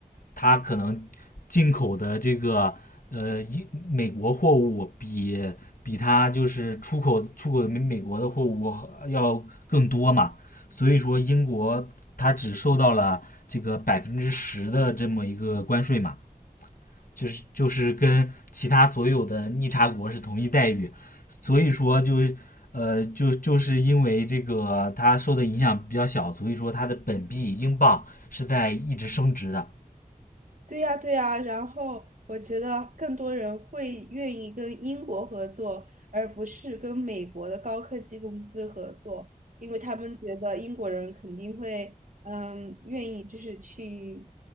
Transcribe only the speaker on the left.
它可能进口的这个呃英美国货物比比它就是出口出口美美国的货物要更多嘛，所以说英国它只受到了这个百分之十的这么一个关税嘛。就是就是跟其他所有的逆差国是同一待遇，所以说就呃就就是因为这个它受的影响比较小，所以说它的本币英镑是在一直升值的。